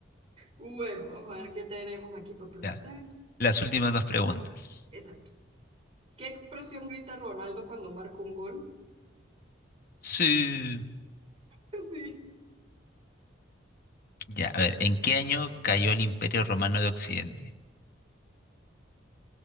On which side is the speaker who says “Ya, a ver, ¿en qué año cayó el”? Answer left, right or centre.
Left